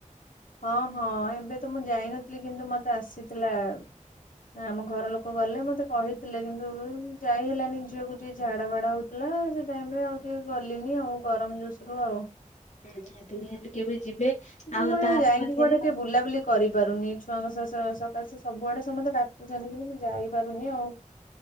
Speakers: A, on the left; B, on the left.
A: ହଁ ହଁ ଏବେ ତ ମୁଁ ଯାଇନଥିଲି କିନ୍ତୁ ମତେ ଆସିଥିଲା। ଆମ ଘର ଲୋକ ଗଲେ ମତେ କହିଥିଲେ କିନ୍ତୁ ଯାଇ ହେଲାନି ଝିଅକୁ ଯିଏ ଝାଡା ଭାଡା ହଉ। ଥିଲା ସେ ଟାଇମ ରେ ଆଉ ଟିକେ ଗଲିଣିି ଆଉ ଗରମ ଜୁସ ରୁ ଆଉ।
B: ହୁଁ ନିହାତି ନିହାତି କେବେ ଯିବେ।
A: ତ
B: ଆଉ
A: ମୁଁ
B: ତା ଆଖପାଖରେ
A: ଯାଇକି କୁଆଡେ ଟିକେ ବୁଲା ବୁଲି। କରିପାରୁନି ଛୁଆଙ୍କ ସକାଶେ ସବୁଆଡେ ସମସ୍ତେ ଡାକୁଛନ୍ତି କିନ୍ତୁ ମୁଁ ଯାଇପାରୁନି ଆଉ।